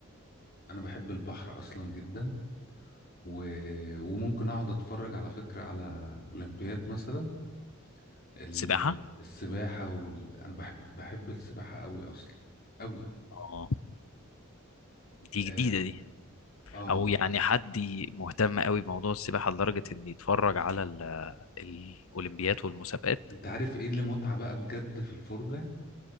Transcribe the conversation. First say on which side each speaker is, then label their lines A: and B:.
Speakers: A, on the left (about 45°); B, on the left (about 75°).
A: أنا بحب البحر أصلا جدا و... وممكن أقعد أتفرج على فكرة على الأولمبياد مثلا ال...
B: سباحه
A: السباحة وال... أنا بحب بحب السباحة أوي أصلا أوي
B: اه دي
A: آم،
B: جديده دي
A: آه
B: او يعني حد ي- مهتم قوي بموضوع السباحه لدرجه ان يتفرج على ال- الاولمبيات والمسابقات
A: أنت عارف إيه اللي متعة بقى بجد في الفرجة؟